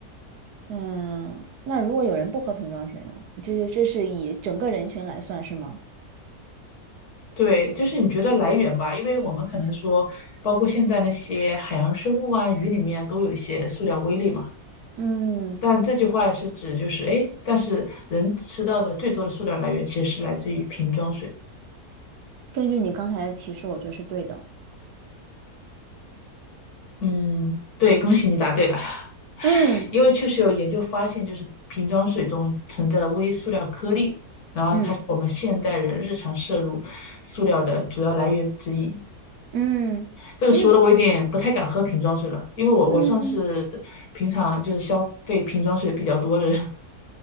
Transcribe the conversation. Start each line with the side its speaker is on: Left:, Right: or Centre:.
Right: 嗯，那如果有人不喝瓶装水呢？就是这是以整个人群来算，是吗？
Left: 对，就是你觉得来源吧，因为我们可能说，包括现在那些海洋生物啊、鱼里面都有一些塑料微粒嘛。
Right: 嗯，
Left: 但这句话是指就是，哎，但是人吃到的最多的塑料来源其实是来自于瓶装水。
Right: 根据你刚才的提示，我觉得是对的。
Left: 嗯，对，恭喜你答对了，
Right: 嗯
Left: <laughs> 因为确实有研究发现，就是瓶装水中存在的微塑料颗粒，然后它是我们现代人日常摄入塑料的主要来源之一。
Right: 嗯嗯，
Left: 这个说的我有点不太敢喝瓶装水了，
Right: 因为
Left: 因为我我算是平常就是消费瓶装水比较多的人。
Right: 嗯。
Left: <laughs>